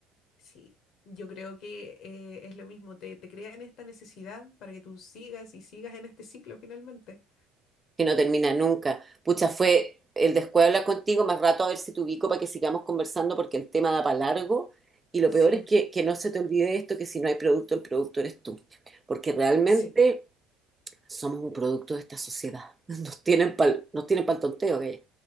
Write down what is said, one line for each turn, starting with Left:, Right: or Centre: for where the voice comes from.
Left: sí. Yo creo que eh, es lo mismo, te, te crean esta necesidad para que tú sigas y sigas en este ciclo finalmente.
Right: que no termina nunca. Pucha, fue el descuido hablar contigo más rato a ver si te ubico para que sigamos conversando porque el tema da para largo y lo
Left: Sí,
Right: peor es que, que no se te olvide esto, que si no hay producto, el producto eres tú, porque realmente
Left: sí.
Right: somos un producto de esta sociedad. <laughs> Nos tienen pal, nos tienen pa'l tonteo, gallo.